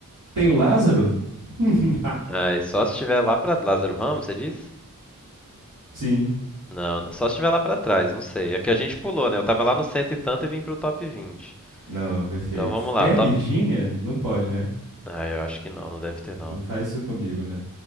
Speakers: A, on the right; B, in the centre.
A: Tem o Lázaro? <laughs>
B: Ah, e só se tiver lá pra Lázaro Ramos, você diz?
A: Sim.
B: Não, só se estiver lá pra trás, não sei. É que a gente pulou, né? Eu tava lá no cento e tanto e vim pro top vinte.
A: Não, perfeito.
B: Então vamos lá,
A: Tem
B: top.
A: a Virgínia? Não pode, né?
B: Ah, eu acho que não, não deve ter não.
A: Não faz isso comigo, né?